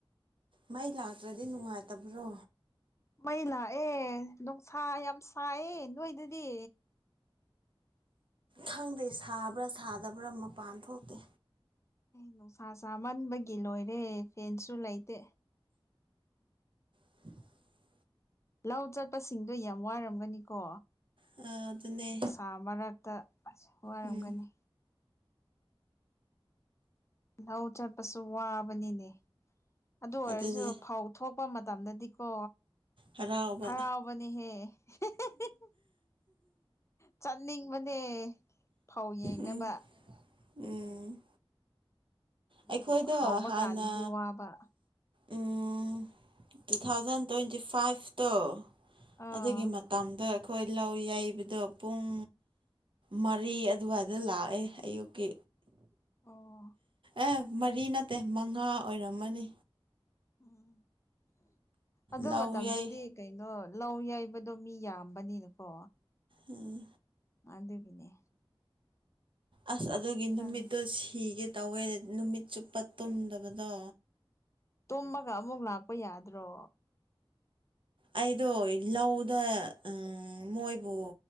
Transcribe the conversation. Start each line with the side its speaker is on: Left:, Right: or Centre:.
Right: ꯃꯩ ꯂꯥꯛꯇ꯭ꯔꯗꯤ ꯅꯨꯡꯉꯥꯏꯇꯕ꯭ꯔꯣ
Left: ꯃꯩ ꯂꯥꯛꯑꯦ ꯅꯨꯡꯁꯥ ꯌꯥꯝ ꯁꯥꯏꯌꯦ ꯅꯣꯏꯗꯗꯤ
Right: ꯈꯪꯗꯦ ꯁꯥꯕ꯭ꯔꯥ ꯁꯥꯗꯕ꯭ꯔꯥ ꯃꯄꯥꯟ ꯊꯣꯛꯇꯦ
Left: ꯅꯨꯡꯁꯥ ꯁꯥꯃꯟꯕꯒꯤ ꯂꯣꯏꯔꯦ ꯐꯦꯟꯁꯨ ꯂꯩꯇꯦ
Right: <inaudible>
Left: ꯂꯧ ꯆꯠꯄꯁꯤꯡꯗꯣ ꯌꯥꯝ ꯋꯥꯔꯝꯒꯅꯤꯀꯣ
Right: ꯑꯗꯨꯅꯦ
Left: ꯅꯨꯡꯁꯥ ꯃꯔꯛꯇ ꯑꯁ ꯋꯥꯔꯝꯒꯅꯤ
Right: ꯎꯝ
Left: ꯂꯧ ꯆꯠꯄꯁꯨ ꯋꯥꯕꯅꯤꯅꯦ ꯑꯗꯨ ꯑꯣꯏꯔꯁꯨ
Right: ꯑꯗꯨꯅꯦ
Left: ꯐꯧ ꯊꯣꯛꯄ ꯃꯇꯝꯗꯗꯤꯀꯣ
Right: ꯍꯔꯥꯎꯕ
Left: ꯍꯔꯥꯎꯕꯅꯦꯍꯦ <unintelligible> ꯆꯠꯅꯤꯡꯕꯅꯦ ꯐꯧ ꯌꯦꯡꯅꯕ
Right: ꯎꯝ ꯎꯝ
Left: ꯑꯗꯨꯕꯨ
Right: ꯑꯩꯈꯣꯏꯗꯣ
Left: ꯍꯧꯕ
Right: ꯍꯥꯟꯅ
Left: ꯀꯥꯟꯗꯗꯤ ꯋꯥꯕ
Right: ꯎꯝ ꯇꯨ ꯊꯥꯎꯖꯟ ꯇ꯭ꯋꯦꯟꯇꯤ ꯐꯥꯏꯚꯇꯣ
Left: ꯑꯥ
Right: ꯑꯗꯨꯒꯤ ꯃꯥ ꯇꯝꯗꯣ ꯑꯩꯈꯣꯏ ꯂꯧ ꯌꯩꯕꯗꯣ ꯄꯨꯡ ꯃꯔꯤ ꯑꯗꯨꯋꯥꯏꯗ ꯂꯥꯛꯑꯦ ꯑꯌꯨꯛꯀꯤ
Left: ꯑꯣ
Right: ꯑꯦ ꯃꯔꯤ ꯅꯠꯇꯦ ꯃꯉꯥ ꯑꯣꯏꯔꯝꯃꯅꯤ
Left: ꯎꯝ ꯑꯗꯨ
Right: ꯂꯧ
Left: ꯃꯇꯝꯗꯗꯤ
Right: ꯌꯩ
Left: ꯀꯩꯅꯣ ꯂꯧ ꯌꯥꯩꯕꯗꯣ ꯃꯤ ꯌꯥꯝꯕꯅꯤꯅꯀꯣ
Right: ꯑꯥ
Left: ꯑꯗꯨꯒꯤꯅꯦ
Right: ꯑꯁ ꯑꯗꯨꯒꯤ
Left: ꯈꯪꯗꯦ
Right: ꯅꯨꯃꯤꯠꯇꯣ ꯁꯤꯒꯦ ꯇꯧꯋꯦ ꯅꯨꯃꯤꯠ ꯆꯨꯞꯄ ꯇꯨꯝꯗꯕꯗꯣ
Left: ꯇꯨꯝꯃꯒ ꯑꯃꯨꯛ ꯂꯥꯛꯄ ꯌꯥꯗ꯭ꯔꯣ
Right: ꯑꯩꯗꯣ ꯂꯧꯗ ꯑꯪ ꯃꯣꯏꯕꯨ